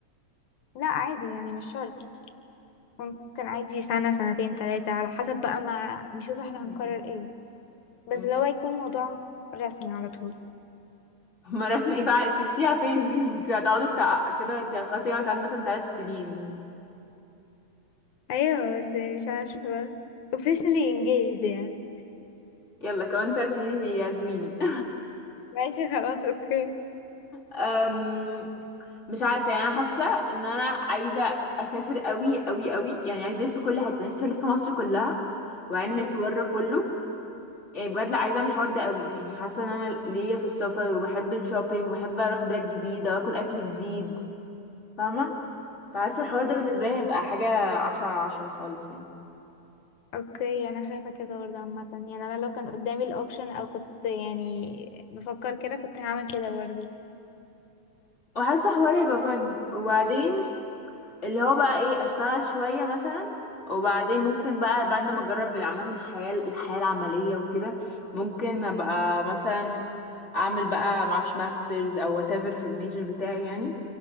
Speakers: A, on the left; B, on the left.
A: لا عادي يعني مش شرط ممكن عادي سنة سنتين تلاتة على حسب بقى ما نشوف احنا
B: مم.
A: هنقرر ايه بس
B: مم.
A: لو هيكون موضوع رسمي على طول
B: <laughs> ما رسمي ايه بقى سبتيها فين دي <laughs> انتوا هتقعدوا بتاع كده انتي هتخلصي يعني كمان مثلا ثلاث سنين
A: ايوه بس يعني مش عارفة بقى officially engaged يعني
B: يلا كمان تلات سنين بيعزميني <laughs>
A: ماشي خلاص اوكي
B: أم، مش عارفة يعني أنا حاسة إن أنا عايزة أسافر أوي أوي أوي يعني عايزة ألف في كل حتة نفسي ألف في مصر كلها وبعدين
A: امم
B: ألف بره كله يعني بجد لا عايزة أعمل الحوار ده أوي يعني حاسة إن أنا ليا في السفر وبحب الشوبينج وبحب أروح بلاد جديدة وآكل أكل جديد فاهمة فحاسة الحوار
A: اوكي
B: ده بالنسبة لي هيبقى حاجة عشرة على عشرة خالص يعني
A: اوكي انا شايفة كده برضه عامة يعني انا لو كان قدامي الاوبشن او كنت يعني بفكر كده كنت هعمل كده برضه
B: وحاسة الحوار هيبقى فن وبعدين اللي هو بقى ايه اشتغل شوية مثلا وبعدين ممكن بقى بعد ما اجرب عامة الحياة الحياة العملية وكده ممكن ابقى مثلا اعمل بقى معرفش ماسترز او whatever في الميجر بتاعي يعني